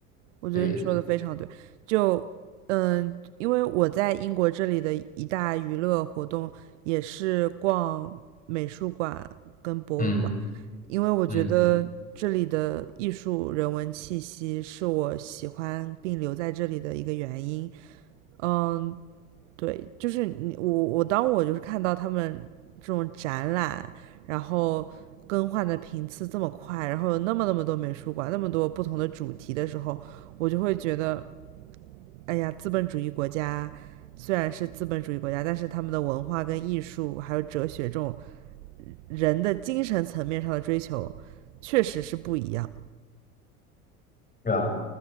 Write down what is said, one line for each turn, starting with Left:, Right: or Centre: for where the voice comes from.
Right: 我觉得你说的非常对，
Left: 对。
Right: 就嗯，因为我在英国这里的一大娱乐活动也是逛美术馆跟博物馆，
Left: 嗯。
Right: 因为我觉得这里的艺术人文气息是我喜欢并留在这里的一个原因。
Left: 嗯，
Right: 嗯，对，就是你我我当我就是看到他们这种展览，然后更换的频次这么快，然后有那么那么多美术馆，那么多不同的主题的时候，我就会觉得，哎呀，资本主义国家虽然是资本主义国家，但是他们的文化跟艺术还有哲学这种人的精神层面上的追求，确实是不一样。
Left: 是啊，